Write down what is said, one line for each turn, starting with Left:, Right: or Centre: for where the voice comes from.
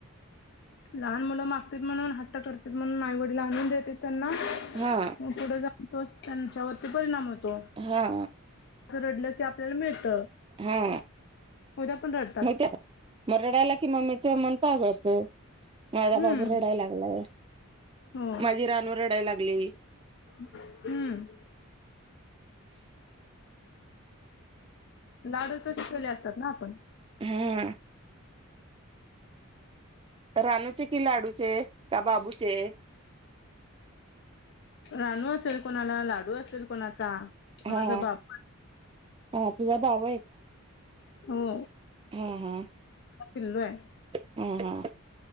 Left: लहान मुलं माग म्हणून हट्ट <unintelligible> म्हणून आईवडीला आणून देत्यात त्यांना
Right: हा
Left: पुढ जाऊ तोच त्यांच्यावरती परिणाम होतो.
Right: हा.
Left: रडलं की आपल्याला मिळत,
Right: हा
Left: उद्या पण रड.
Right: मग त्या रडायला कि मम्मीचा मन पाजळतोय माझा
Left: हम्म
Right: बाबू रडाय लागलाय
Left: हो
Right: माझी रानू रडायला लाग गली.
Left: हम्म. लाडच तसे ठेवले असतात ना आपण.
Right: हम्म. रानूचे कि लाडूचे का बाबूचे.
Left: राणू असेल कोणाला लाडू असेल. कोणाचा, कोणाचा
Right: हा
Left: बाप
Right: हा तुझा बाबू
Left: हो.
Right: हम्म हम्म.
Left: पिल्लू आहे.
Right: हम्म हम्म,